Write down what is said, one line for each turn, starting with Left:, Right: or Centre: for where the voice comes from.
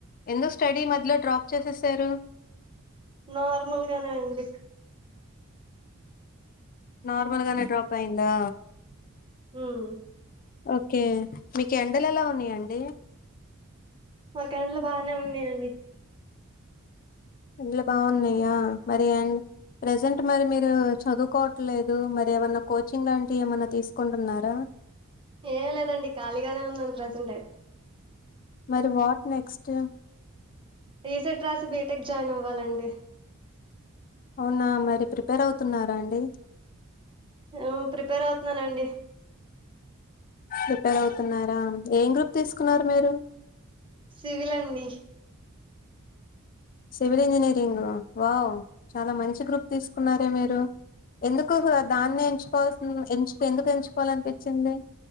Left: ఎందుకు స్టడీ మధ్యలో డ్రాప్ చేసేసారు
Right: నార్మల్ గానే అండి
Left: నార్మల్ గానే డ్రాప్ అయిందా
Right: హ్మ్
Left: ఓకే, మీకు ఎండలెలా ఉన్నాయండి?
Right: మాకు ఎండలు బానే ఉన్నాయండి.
Left: ఎండలు బాగున్నయా? మరి ఎండ్ ప్రజెంట్ మరి మీరు, చదువుకోవట్లేదు. మరి ఏమన్నా కోచింగ్ లాంటివి ఏమన్నా తీసుకుంటున్నారా?
Right: ఏం లేదండి, ఖాళీగానే ఉన్నాను ప్రజెంట్ అయితే.
Left: మరి వాట్ నెక్స్ట్?
Right: ఈ సెట్ రాసి, బీటెక్ జాయిన్ అవ్వాలండి.
Left: అవునా, మరి ప్రిపేర్ అవుతున్నారా అండి?
Right: ఉమ్, ప్రిపేర్ అవుతున్నానండి.
Left: ప్రిపేర్ అవుతున్నారా? ఏం గ్రూప్ తీసుకున్నారు మీరు?
Right: సివిల్ అండి.
Left: Civil engineering wow! చాల మంచి గ్రూప్ తీసుకున్నారే మీరు? ఎందుకు? దాన్నే ఎంచుకోవాల్స్ ఎంచుకు, ఎందుకు ఎంచుకోవాలనిపిచ్చింది?